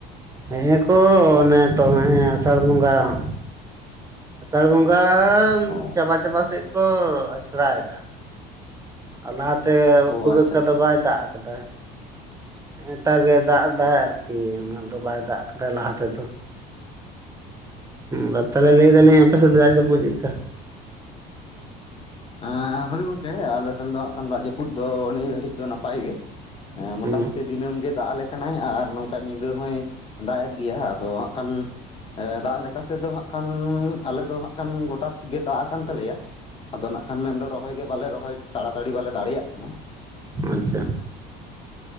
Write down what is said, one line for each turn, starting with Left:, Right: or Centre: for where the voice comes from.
Right: ᱦᱮᱦᱮ ᱠᱚ ᱚᱱᱮ
Left: ᱚ
Right: ᱛᱚ ᱦᱮ
Left: ᱟᱪᱪᱷᱟ
Right: ᱟᱥᱟᱲ
Left: ᱟᱪᱪᱷᱟ
Right: ᱵᱚᱸᱜᱟ ᱾ ᱟᱥᱟᱲ ᱵᱚᱸᱜᱟ
Left: ᱚ
Right: ᱪᱟᱵᱟ ᱪᱟᱵᱟ ᱥᱮᱫ ᱠᱚ ᱟᱪᱷᱲᱟ ᱮᱫᱟ ᱾ ᱟᱨ ᱞᱟᱦᱟᱛᱮ
Left: ᱚ
Right: ᱠᱷᱩᱵᱽ
Left: ᱟᱪᱪᱷᱟ
Right: ᱮᱠᱴᱟ
Left: ᱟᱪᱪᱷᱟ
Right: ᱫᱚ
Left: ᱟᱪᱪᱷᱟ
Right: ᱵᱟᱭ ᱫᱟᱜ ᱟᱠᱟᱫᱟ ᱾ ᱱᱮᱛᱟᱨ ᱜᱮ ᱫᱟᱜ ᱮᱫᱟ ᱟᱨᱠᱤ ᱩᱱᱟᱹᱜ ᱫᱚ ᱵᱟᱭ ᱫᱟᱜ ᱟᱠᱟᱫᱟ ᱞᱟᱦᱟ ᱛᱮᱫᱚ ᱾ ᱦᱩᱸ ᱛᱟᱦᱮ ᱞᱟᱹᱭ ᱫᱟᱞᱤᱧ
Left: ᱟᱪᱪᱷᱟ
Right: ᱟᱯᱮ ᱥᱮᱫ ᱫᱟᱜ ᱡᱟᱹᱯᱩ ᱪᱮᱫ ᱞᱮᱠᱟ?
Left: ᱦᱸ ᱦᱚᱭ ᱜᱚᱝᱠᱮ ᱟᱞᱮ ᱥᱮᱱ ᱫᱚ ᱦᱟᱸᱜ ᱠᱷᱟᱱ ᱫᱟᱜ ᱡᱟᱹᱯᱩᱫ ᱫᱚ ᱱᱤᱭᱟᱹ ᱜᱷᱟᱹᱲᱤᱡ ᱫᱚ ᱱᱟᱯᱟᱭ ᱜᱮ ᱾ ᱦᱮᱸ ᱢᱚᱴᱟᱢᱩᱴᱤ
Right: ᱦᱩᱸ
Left: ᱫᱤᱱᱟᱹᱢ ᱜᱮ ᱫᱟᱜ ᱟᱞᱮᱼᱼ ᱠᱟᱱᱟᱭ, ᱟᱨ ᱱᱚᱝᱠᱟ ᱧᱤᱫᱟᱹ ᱦᱚᱸᱭ ᱫᱟᱜ ᱮᱫ ᱜᱮᱭᱟ ᱾ ᱟᱫᱚ ᱦᱟᱸᱜ ᱠᱷᱟᱱᱼᱼ ᱫᱟᱜ ᱞᱮᱠᱟ ᱛᱮᱫᱚ ᱦᱟᱜ ᱠᱷᱟᱱ ᱟᱞᱮ ᱫᱚ ᱦᱟᱸᱜ ᱠᱷᱟᱱ ᱜᱚᱴᱟ ᱜᱮ ᱫᱟᱜ ᱟᱠᱟᱱ ᱛᱟᱞᱮᱭᱟ ᱾ ᱟᱫᱚ ᱱᱟᱜ ᱠᱷᱟᱱ ᱢᱮᱱᱫᱚ ᱨᱚᱦᱚᱭ ᱜᱮ ᱵᱟᱞᱮ ᱨᱚᱦᱚᱭ ᱛᱟᱲᱟᱛᱟᱲᱤ ᱵᱟᱞᱮ ᱫᱟᱲᱮᱭᱟᱜᱼᱟ ᱾ ᱠᱟᱱᱟ ᱾ <inaudible>
Right: ᱟᱪᱪᱷᱟ